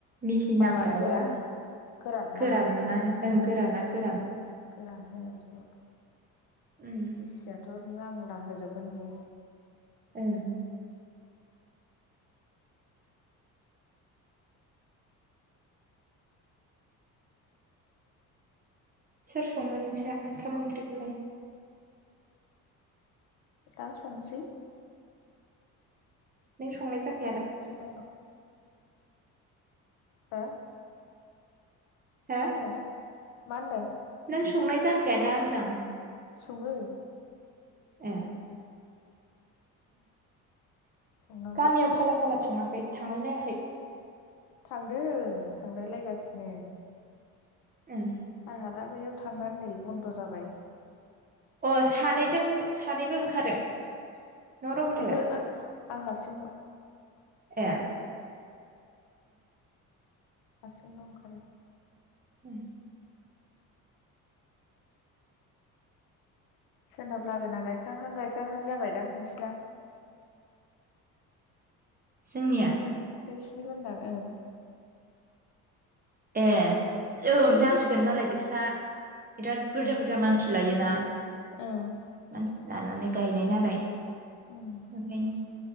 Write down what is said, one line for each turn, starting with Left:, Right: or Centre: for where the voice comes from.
Right: मिहि
Left: माबा
Right: नांद्राया
Left: गोरान गोरान नामा
Right: गोराना ओं गोराना गोरान।
Left: गोरान होनायाव जग
Right: उम
Left: गिसियाथ' नांला होजोबगोन बियो।
Right: ओं सोर सङो नोंसा ओंखाम ओंख्रिखौलाय?
Left: दा संसै
Right: नों संनाय जाख
Left: संसै दा र'। हा
Right: हो
Left: मा होनदों? मा होनदों?
Right: नों संनाय जाखाया दा होनदां।
Left: सङो
Right: ए
Left: संनांगौ
Right: गामियाव फाला फाला थाङाखै थांलाय लायाखै।
Left: थांदों थांलायलायगासिनो।
Right: ओं
Left: आ दा बेयाव थांनानै नै बन्द' जाबाय।
Right: अ' सानैजों सानैबो ओंखारो। न' रबथाया
Left: ओहो आं आं हारसिं ल'।
Right: ए
Left: हारसिंल' ओंखारो।
Right: उम
Left: सोनाब लागोना गायखांहां गायखांहां जाबायदां नोंसिना।
Right: जोंनिया
Left: नोंसिनिखो होनदां ओं।
Right: ए ओं
Left: नोंसिनिसो
Right: जासिगोन मालाय बिसा बिराद बुरजा
Left: ओं
Right: बुरजा मानसि लायोना।
Left: ओं
Right: मानसि लानानै गायनाय नालाय।
Left: ओं
Right: ओंखायनो